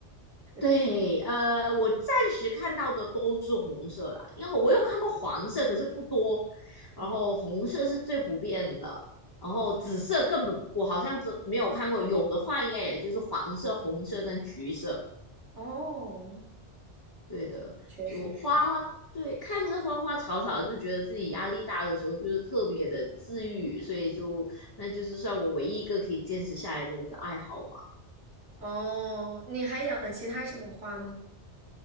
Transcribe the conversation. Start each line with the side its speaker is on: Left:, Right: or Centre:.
Right: 这种。
Left: 对，呃，我暂时看到的都是红色啦，因为我有看过黄色，可是不多。
Right: 嗯，
Left: 然后红色是最普遍的，然后紫色根本我好像只没有看过，有的话应该也就是黄色、红色跟橘色。
Right: 哦，
Left: 对的，
Right: 确实是。
Left: 就花，对，看着花花草草，就觉得自己压力大的时候，就是特别的治愈，所以就那就是算我唯一一个可以坚持下来的一个爱好吧。
Right: 哦，你还养了其他什么花吗？